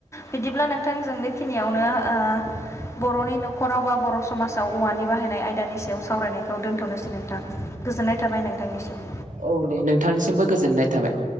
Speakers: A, on the left (about 20°); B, on the right (about 80°).
A: बिदिब्ला नोंथां जों बेखिनियावनो ओ बर'नि नखराव बा बर' समाजाव औवानि बाहायनाय आयदानि सायाव सावरायनायखौ दोन्थनोसै नोंथां गोजोननाय थाबाय नोंथांनिसिम।
B: औ दे नोंथांनिसिमबो गो गोजोननाय थाबाय।